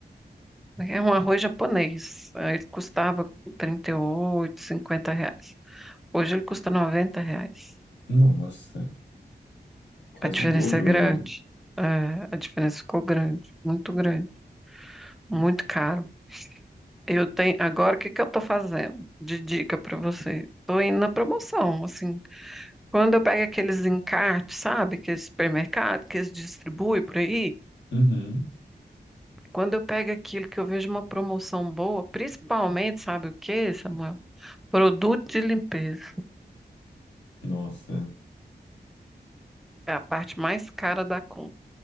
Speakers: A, in the centre; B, on the left (about 85°).
A: É um arroz japonês. Aí Ele custava 38, 50 reais. Hoje ele custa 90 reais.
B: Nossa, quase
A: A diferença
B: o dobro,
A: é grande.
B: né?
A: É, a diferença ficou grande, muito grande, muito caro. Eu tenho, agora o que que eu tô fazendo? De dica para você. Tô indo na promoção, assim. Quando eu pego aqueles encartes, sabe? que Aqueles supermercado que eles distribuem por aí,
B: Uhum,
A: quando eu pego aquilo que eu vejo uma promoção boa, principalmente, sabe o que, Samuel? Produto de limpeza.
B: nossa.
A: É a parte mais cara da compra.